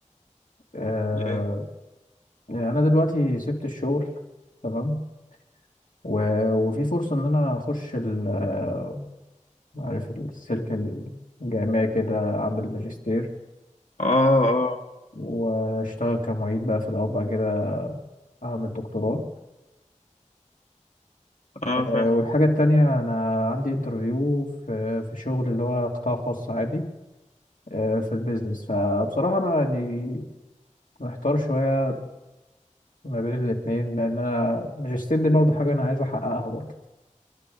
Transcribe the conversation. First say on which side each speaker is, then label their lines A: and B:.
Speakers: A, on the left; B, on the left.
A: أه
B: ليه؟
A: يعني انا دلوقتي سبت الشغل تمام و- وفي فرصه ان انا اخش ال- آه، عارف السلك الجامعي كده اعمل ماجستير
B: اه اه
A: واشتغل كمعيد بقى في الاول بعد كده اعمل دكتوراه
B: اه فاهم
A: والحاجة التانية أنا عندي انترفيو في في شغل اللي هو قطاع خاص عادي آه، في البيزنس فبصراحة أنا يعني محتار شوية ما بين الاتنين لأن أنا ماجستير دي برضه حاجة أنا عايز أحققها برضه